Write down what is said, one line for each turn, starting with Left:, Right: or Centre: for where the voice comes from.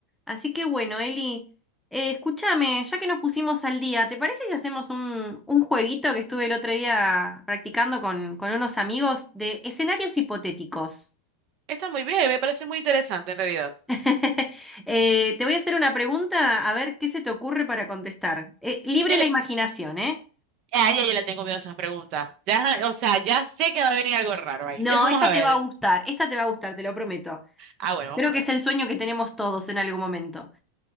Centre: Así que bueno, Eli, eh, escúchame, ya que nos pusimos al día, ¿te parece si hacemos un, un jueguito que estuve el otro día practicando con, con unos amigos de escenarios hipotéticos?
Right: Está muy bien, me parece muy interesante en realidad.
Centre: <laughs> Eh, te voy a hacer una pregunta, a ver qué se te ocurre para contestar. Eh, libre
Right: Yo
Centre: la
Right: le,
Centre: imaginación, ¿eh?
Right: a ella yo le tengo miedo a esas preguntas. Ya, o sea, ya sé que va a venir algo raro ahí.
Centre: No,
Right: <laughs> Vamos
Centre: esta
Right: a
Centre: te
Right: ver.
Centre: va a gustar, esta te va a gustar, te lo prometo.
Right: Ah, bueno, vamos
Centre: Creo
Right: a
Centre: que es el sueño que tenemos todos en algún momento.